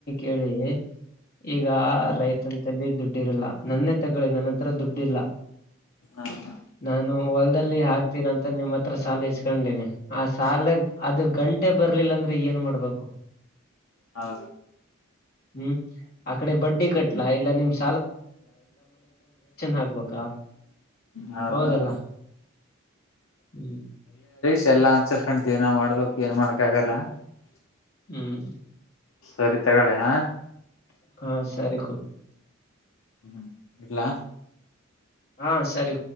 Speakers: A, on the left; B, on the left.
A: ಹೇಳುವುದಿಲ್ಲ. ಈಗ ಅದನ್ನೇ ತೆಗೆದುಕೊಳ್ಳಿ, ಮೊದಲು ನನ್ನ ಬಳಿಯೂ ಹಣವಿಲ್ಲ, ನನ್ನ
B: ಹಾ
A: ಬಳಿಯೂ
B: ಹಾ
A: ಹಣವಿಲ್ಲ, ನಾನು ಕೃಷಿ ಕೆಲಸ ಮಾಡುತ್ತಿರುವಂತೆ ಹಣವನ್ನು ತೆಗೆದುಕೊಂಡಿದ್ದೇನೆ. ನಾನು ಹಿಂತಿರುಗಿಸಲಿಲ್ಲ ಅಂದ್ರೆ ನಾನು ಏನು ಮಾಡಬೇಕು
B: ಹಾ
A: ನಾನು ಬಡ್ಡಿ ಕಟ್ಟಬಹುದು ಅಥವಾ ನಿಮಗೆ ಹಣ ನೀಡಬಹುದು. ಹಾಕ್ಬೇಕಾ
B: ಹಾಹಾ
A: ಹೌದಲ್ಲ ಹ್ಮ್
B: ನಾವು ಎಲ್ಲವನ್ನೂ ಸ್ವೀಕರಿಸಬೇಕು ಮತ್ತು ನಮ್ಮ ಜೀವನವನ್ನು ಓದಬೇಕು.
A: ಹ್ಮ್
B: ಸರಿ ನಾನು ಹೊರಡುತ್ತಿದ್ದೇನೆ.
A: ಹಾ ಸರಿ
B: ಸಾರಿ ಎರ್ಲಾ
A: ಹಾ ಸೀರೆ